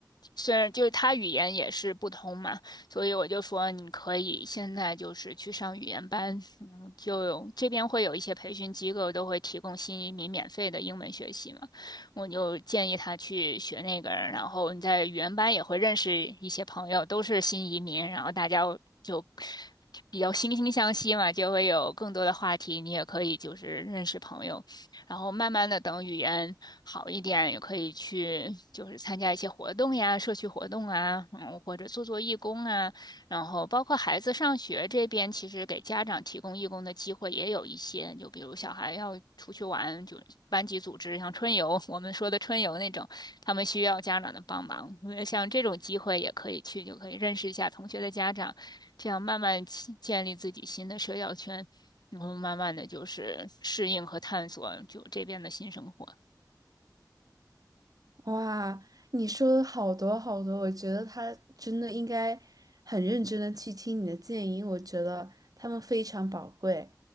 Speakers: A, on the left (about 70°); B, on the right (about 55°).
A: 虽然就是他语言也是不通嘛，所以我就说你可以现在就是去上语言班，嗯，就有这边会有一些培训机构都会提供新移民免费的英文学习嘛，我就建议他去学那个，然后你在语言班也会认识一些朋友，都是新移民，然后大家就比较惺惺相惜嘛，就会有更多的话题，你也可以就是认识朋友。然后慢慢的等语言好一点，也可以去就是参加一些活动呀，社区活动啊，嗯，或者做做义工啊。然后包括孩子上学这边，其实给家长提供义工的机会也有一些，就比如小孩要出去玩，就班级组织像春游，我们说的春游那种，他们需要家长的帮忙。呃像这种机会也可以去，就可以认识一下同学的家长，这样慢慢建建立自己新的社交圈。然后慢慢的就是适应和探索就这边的新生活。
B: 哇，你说的好多好多，我觉得他真的应该很认真的去听你的建议，我觉得他们非常宝贵。